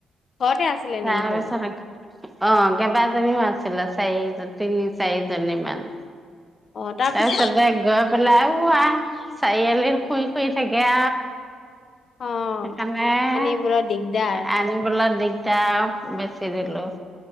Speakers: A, on the left (about 50°); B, in the centre.
A: ঘৰতে আছিলে
B: তাৰপিছত
A: নেকি কৰ
B: অ কেইবাজীও আছিলে চাৰিজন তিনি চাৰিজনী মমান
A: অ', তাৰপিছত?
B: আৰু ছবে গ পেলাই আ চাৰিআলিৰ শুই শুই থাকে
A: অ
B: সেইকাৰণে
A: আনিবলৈ দিগদাৰ
B: আনিবলৈ দি টা বেছি দিলো